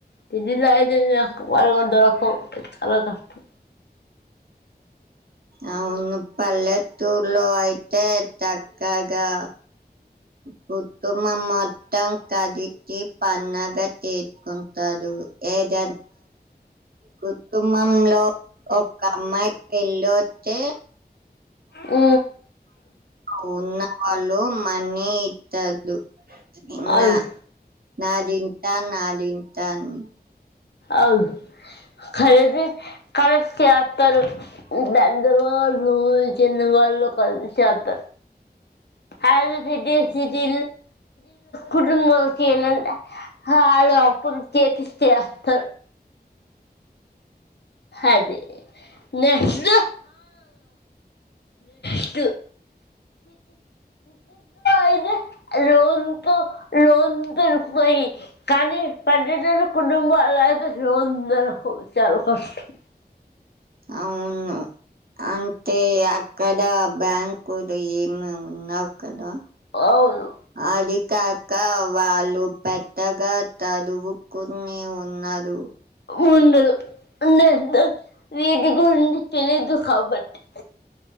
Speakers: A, on the left; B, on the right.
A: తిరిల మరగ చాల కష్టం
B: అవును పల్లెత్తూర్లో అయితే చక్కగా కుటుమ మొత్తం కదిటి పన్నాగా తెకుంట దు ఏజ కుటుంబంలో ఒక అమ్మాయి పెళ్ళి వచ్చే
A: ఓ
B: అ ఉ నా వాళ్ళు మనీ ఇత్తదున్నా
A: అవును
B: నా తింటా నా తింటా అన్ని
A: అవు కరేది కరస్ చేక్క దండవ లో జ కలు కదు చాలత అ ఫిది కుటుంబంకి ఏంటే వాళ్ళ అప్పులు చేపిస్తే వస్స్ అదే నా స్ స్ అయితే రన్ లోన్న్నాయి కానీ పర్యటన కుటుంబం అలా లోన్ అందకు వి చాల కష్టం
B: అవును అంటే అక్కడ బ్యాంకులు ఏమి ఉన్నావు కదా
A: అవును
B: అజకా ఇకా వాళ్ళు పెద్దగా చదువుకుని ఉన్నారు
A: ఉండదు ఉండ వీటి గురించి తెలీదు కాబట్టి